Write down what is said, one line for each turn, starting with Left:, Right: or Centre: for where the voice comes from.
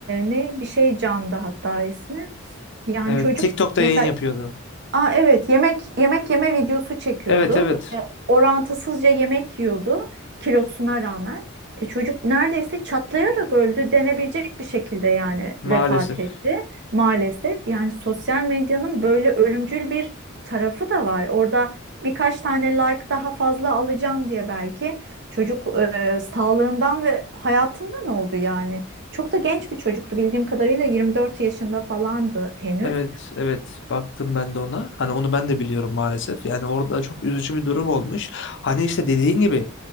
Right: ne bir şey Can'dı hatta ismi. Yani
Left: Evet,
Right: çocuk
Left: TikTok'ta
Right: mesela
Left: yayın yapıyordu.
Right: Aa, evet yemek yemek yeme videosu çekiyordu.
Left: Evet, evet.
Right: Böyle orantısızca yemek yiyordu kilosuna rağmen. E, çocuk neredeyse çatlayarak öldü denebilecek bir şekilde yani
Left: Maalesef.
Right: vefat etti maalesef. Yani sosyal medyanın böyle ölümcül bir tarafı da var. Orada birkaç tane like daha fazla alacağım diye belki çocuk e, sağlığından ve hayatından oldu yani. Çok da genç bir çocuktu bildiğim kadarıyla 24 yaşında falandı henüz.
Left: Evet, evet. Baktım ben de ona. Hani onu ben de biliyorum maalesef. Yani orada çok üzücü bir durum olmuş. Hani işte dediğin gibi